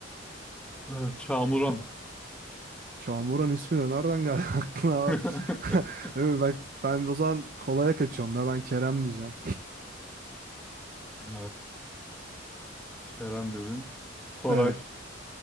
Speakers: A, in the centre; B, on the right.
A: Ee, Kamuran.
B: Çağmuran ismi de nereden geldi <laughs> aklına? abi?
A: <laughs>
B: <laughs> Evet, Ben, ben o zaman kolaya kaçıyorum ya ben Kerem diyeceğim.
A: Ee, Kerem dedin. Koray.
B: Evet.